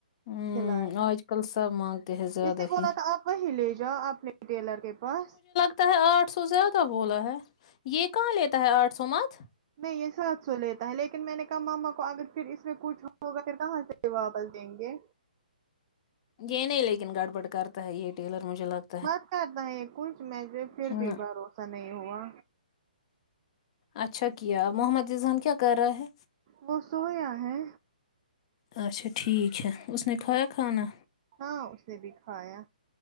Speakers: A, on the left (about 40°); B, on the right (about 35°).
A: ہمم
B: سلائی
A: آج کل سب مانگتے ہیں زیادہ
B: اس نے بولا
A: ہی
B: تھا آپ وہی لے جاؤ آپ نے ٹیلر کے پاس
A: تا ہے آٹھ سو زیادہ بولا ہے یہ کہاں لیتا ہے آٹھ سو مت
B: نہیں یہ سات سو لیتا ہے لیکن میں نے کہا مما کو اگر پھر اس میں کچھ ہوگا پھر کہاں سے واپس دیں گے
A: یہ نہیں لیکن گڑبڑ کرتا ہے یہ ٹیلر مجھے لگ
B: مت کرتا ہے یہ کچھ میں جو پھر بھی
A: نہ
B: بھروسہ نہیں ہوا
A: اچھا کیا محمد ریذان کیا کر رہا ہے
B: وہ سویا ہے
A: اچھا ٹھیک ہے اس نے کھایا کھانا
B: ہاں اس نے بھی کھایا